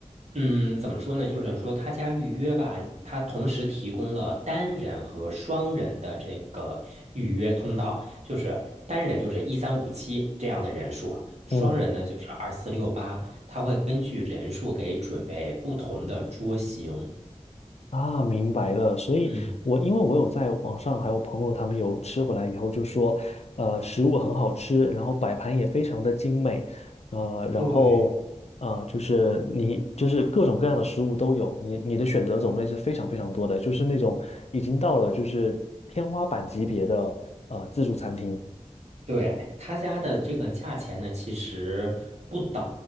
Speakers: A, on the right; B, on the left.
A: 嗯，怎么说呢？就是说他家预约吧，他同时提供了单人和双人的这个预约通道，就是单人就是一三五七这样的人数，双人呢就是二四六八，
B: 嗯，
A: 他会根据人数给准备不同的桌型。
B: 啊，明白了。所以我因为我有在网上还有朋友他们有吃回来以后就说，
A: 嗯，
B: 呃，食物很好吃，然后摆盘也非常的精美，呃，然后呃，
A: 对。
B: 就是你就是各种各样的食物都有，你你的选择种类是非常非常多的，就是那种已经到了就是天花板级别的呃自助餐厅。
A: 对，他家的这个价钱呢，其实不等，